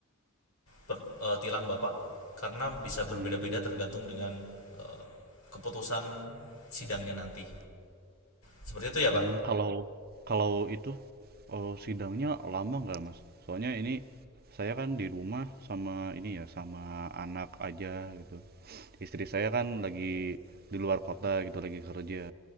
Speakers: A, on the left (about 75°); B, on the right (about 45°).
A: per- eh, tilang bapak karena bisa berbeda-beda
B: hmm,
A: tergantung dengan eh, keputusan sidangnya nanti. Seperti itu ya, Pak?
B: hmm, kalau kalau itu eh, sidangnya lama nggak, Mas? Soalnya ini saya kan di rumah sama ini ya, sama anak aja gitu. Istri saya kan lagi di luar kota gitu, lagi kerja.